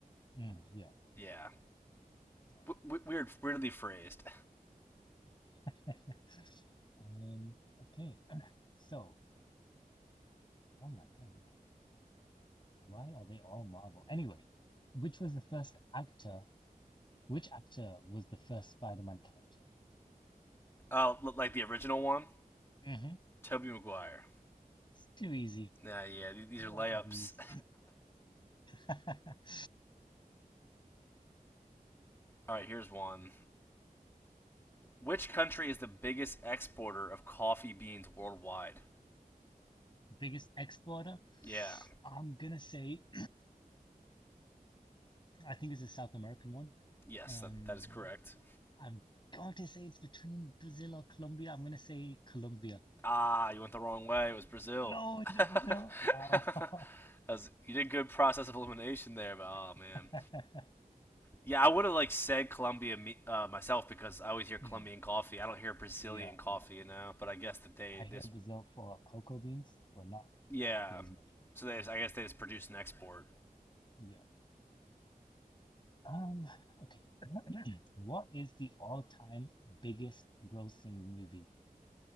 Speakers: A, on the left; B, on the left.
A: mm, yeah.
B: Yeah,
A: No.
B: w- weird, weirdly phrased.
A: <laughs> Um, okay. <clears throat> So, oh my God, okay. Why are they all Marvel? Anyway, which was the first actor? Which actor was the first Spider-Man character?
B: Uh, like the original one,
A: hmm
B: Toby Maguire.
A: It's too easy.
B: Yeah, yeah, these
A: What
B: are layups.
A: are these? <laughs>
B: <laughs> All right, here's one. Which country is the biggest exporter of coffee beans worldwide?
A: Biggest exporter?
B: Yeah,
A: I'm gonna say, <clears throat> I think it's a South American one.
B: Yes,
A: Um,
B: that, that is correct.
A: I'm going to say it's between Brazil or Colombia. I'm going to say Colombia.
B: Ah, you went the wrong way. It was Brazil.
A: No,
B: <laughs>
A: is it
B: that
A: Brazil? Ah.
B: was, you did good process of elimination there, but oh
A: <laughs>
B: man. Yeah, I would have like said Colombia me, uh, myself because I always hear Colombian
A: Hmm,
B: coffee. I don't hear Brazilian
A: yeah,
B: coffee,
A: yeah.
B: you know. But I guess that they
A: I hear
B: this
A: Brazil for cocoa beans, but not
B: yeah.
A: coffee as much.
B: So they
A: Mm,
B: just, I guess they just produce and export.
A: yeah. Um, okay. What is the all-time biggest grossing movie?